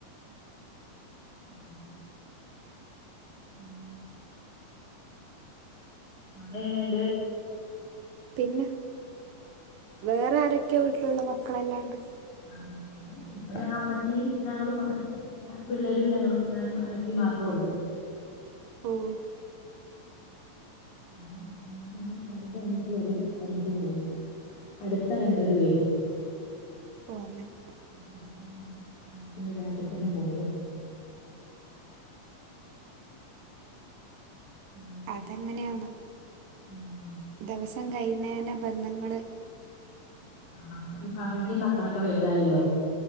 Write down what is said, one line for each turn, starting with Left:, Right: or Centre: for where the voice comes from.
Left: ഉം പിന്നേയ് അവിടെ എങ്ങനെണ്ട്
Right: പിന്നെ വേറെ ആരൊക്കെ വീട്ടിലുള്ള മക്കളെല്ലാണ്ട്
Left: മ മക്കളും ഇപ്പൊ അമ്മച്ചിയും ഞങ്ങളും മ <unintelligible> പിള്ളേരും ഞങ്ങളും ഞാനും അണ്ണച്ചി മാത്ര ഉള്ളൂ
Right: ഓഹ്
Left: പിന്നെ നാത്തൂന്മാര് എന്നും വരുമ്പോ ഒന്നിച്ച് വരും ഒന്നിച്ചു പോകും അടുത്ത രണ്ടു പേരുവെ
Right: ഓഹ് അങ്ങനെ
Left: അപ്പൊ അടുത്തായൊണ്ട് വന്നിട്ട് രാത്രി തന്നെ പോകും ഉം
Right: അതെങ്ങനെയാന്ന്
Left: ഉം
Right: ദിവസം കൈയ്ന്നെനാ ബന്ധങ്ങള്
Left: ആ ഇപ്പൊ അവരുടെയും മക്കളൊക്കെ വലുതായല്ലോ